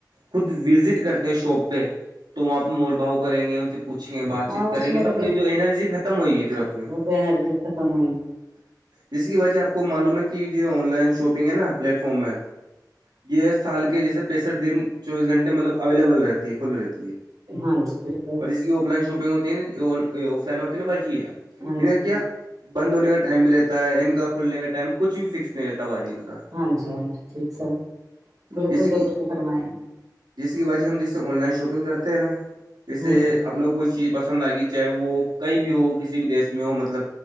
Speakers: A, on the right; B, on the right.
A: خود وزٹ کرتے ہیں شاپ پہ تو وہاں پہ مول بھاؤ کریں گے ان سے پوچھیں گے بات
B: ہاں
A: چیت
B: اس
A: کریں گے
B: میں
A: تو اپنی جو انینرجی ختم ہوئے گی پھر اپنے
B: رجی ختم ہوئی ہے
A: جس کی وجہ آپ کو معلوم ہے کہ یہ آن لائن شاپنگ ہے نا پلیٹ فارم میں یہ سال کے جیسے پینسٹھ دن چوبیس گھنٹے مطلب اویلیبل رہتی ہے کھل رہتی ہے
B: ہاں جی بالکل
A: اس کی آف لائن شاپنگ ہوتی ہے آف لائن ہوتی ہےا باج ہی ہے
B: ہاں
A: ان کا
B: جی
A: کیا بند ہونے کا ٹائم بھی رہتا ہے ان کا کھلنے کا ٹائم کچھ بھی فکس نہیں رہتا باجی ان کا
B: ہاں جی ہاں جی ٹھیک سر بالکل
A: جیسے کہ
B: درست فرمائےیں ہیں
A: جیسے کہ بجی ہم جیسے آن لائن شاپنگ کرتے ہیں نا جیسے
B: ہوں
A: اپ لو کو چیز پسند آگی چاہے وہ کوئی بھی ہو کسی بھی دیش میں میں ہو مطلب